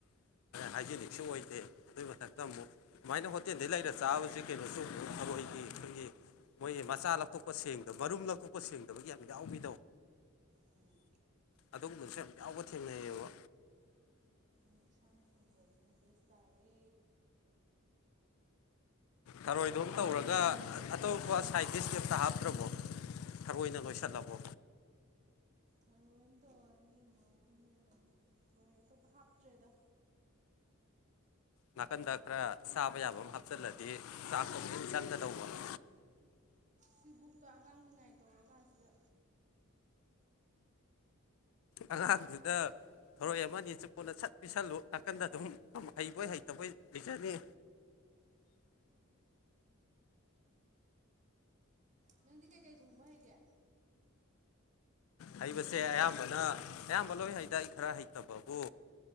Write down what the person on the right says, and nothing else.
ꯎꯝ
ꯑ ꯏꯁꯥꯅ ꯊꯣꯡꯖꯕꯁꯤꯅ ꯕꯦꯁ ꯇꯥꯔꯦ
ꯊꯔꯣꯏ ꯑꯝ ꯇꯧꯔꯅꯤ ꯃꯣꯔꯣ ꯑꯃ ꯍꯣꯏ ꯑꯇꯣꯞꯄ ꯍꯥꯞꯇ꯭ꯔꯦꯗ
ꯁꯤꯕꯨꯛꯇ ꯑꯉꯥꯡ ꯅꯤꯉꯥꯏ ꯇꯧꯔ ꯀꯥꯟꯁꯤꯗ
ꯅꯪꯗꯤ ꯀꯩꯀꯩ ꯊꯣꯡꯕ ꯍꯩꯒꯦ